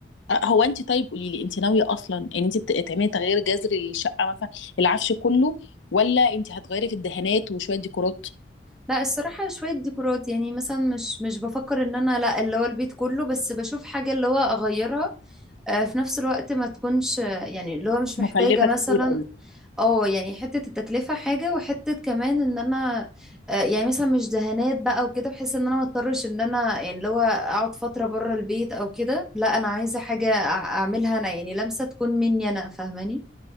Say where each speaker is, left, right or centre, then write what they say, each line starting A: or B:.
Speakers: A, on the left; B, in the centre.
A: أه، هو انت طيب قولي لي انت ناويه اصلا ان انت ت- تعملي تغيير جذري للشقه مثلا العفش كله ولا انت هتغيري في الدهانات وشويه ديكورات
B: لا الصراحة شوية ديكورات يعني مثلا مش مش بفكر ان انا لا اللي هو البيت كله بس بشوف حاجة اللي هو اغيرها آه، في نفس الوقت ما تكونش آه، يعني اللي هو مش
A: مكلفه
B: محتاجة مثلا
A: كتير قوي
B: اه يعني حتة التكلفة حاجة وحتة كمان ان انا آه، يعني مثلا مش دهانات بقى وكده بحيث ان انا ما اضطرش ان انا يعني اللي هو اقعد فترة بره البيت او كده لا انا عايزة حاجة أع- اعملها انا يعني لمسة تكون مني انا فاهماني